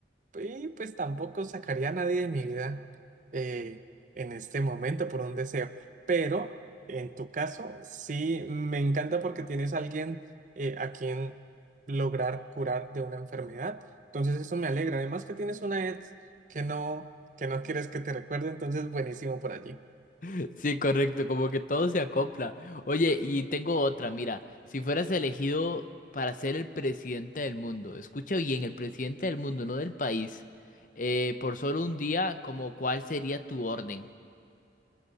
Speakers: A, on the right; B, on the left.
A: Y pues tampoco sacaría a nadie de mi vida eh, en este momento por un deseo. Pero en tu caso, sí me encanta porque tienes a alguien eh, a quien lograr curar de una enfermedad. Entonces eso me alegra. Además que tienes una ex que no, que no quieres que te recuerde. Entonces buenísimo por allí.
B: <laughs> Sí, correcto, como que todo se acopla. Oye, y tengo otra, mira, si fueras elegido para ser el presidente del mundo, escucha bien, el presidente del mundo, no del país, eh, por solo un día, como cuál sería tu orden?